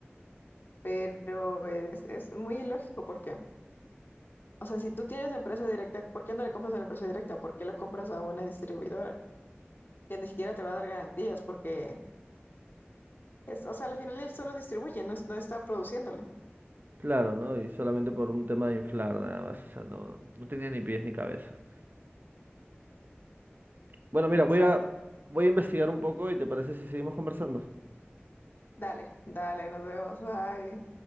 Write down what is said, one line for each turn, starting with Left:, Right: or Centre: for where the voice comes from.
Left: Pero es, es muy ilógico porque, o sea, si tú tienes la empresa directa, ¿por qué no le compras a la empresa directa? ¿Por qué la compras a una distribuidora? Que ni siquiera te va a dar garantías porque, es, o sea, al final él solo distribuye, no, es- no está produciéndolo.
Right: Claro, ¿no? Y solamente por un tema de inflar nada más. O sea, no, no tenía ni pies ni cabeza. Bueno, mira,
Left: Exacto.
Right: voy a, voy a investigar un poco y ¿te parece si seguimos conversando?
Left: Dale, dale, nos vemos. Bye.